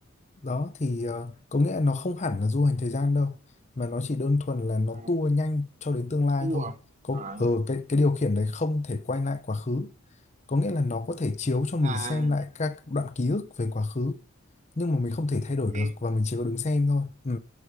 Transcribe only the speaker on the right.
à,
tour
à
à
à,
ê.